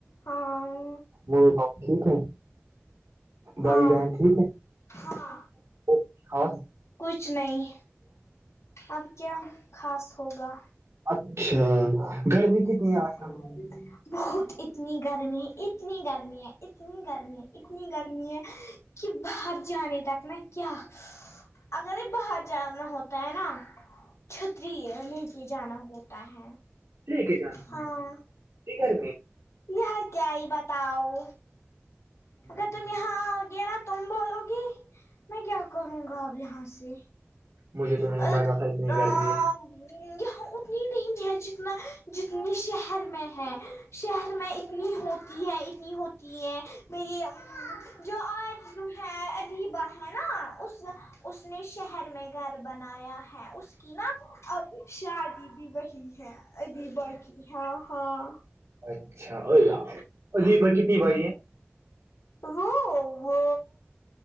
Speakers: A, on the left; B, on the right.
A: ہاں
B: ہے ممی پاپا ٹھیک ہے
A: ہاں
B: بھائی بہن ٹھیک
A: ہاں
B: ہے خاص
A: کچھ نہیں اب کیا خاص ہوگا
B: اچھا گرمی کتنی ہے آج ک
A: بہت اتنی گرمی ہے اتنی گرمی ہے اتنی گرمی ہے اتنی گرمی ہے کہ باہر جانے تک نہا کیا اگر یہ باہر جانا ہوتا ہے نا چھتری ہے جانا ہوتا ہے
B: لے کے جانا
A: ہاں
B: اپنی گھر میں
A: یہ کیائی بتاؤ اگر تم یہاںؤ گے نا تم بولو گی میں کیا کروں گا اب یہاں سے
B: مجھے تو نہیں
A: یہاں
B: لگا تھا اتنی گرمی
A: اتنی نہیں ہے جتنا جتنی شہر میں ہے شہر میں اتنی ہوتی ہے اتنی ہوتی ہے میری جو آج جو ہے ادیبر ہیں نا اس اس نے شہر میں گھر بنایا ہے اس کی نا اب شادی بھی وہی ہے ابھی باقی ہاں ہاں
B: اچھا اور اجھی پر کتنی بھاریی ہے
A: وہ وہ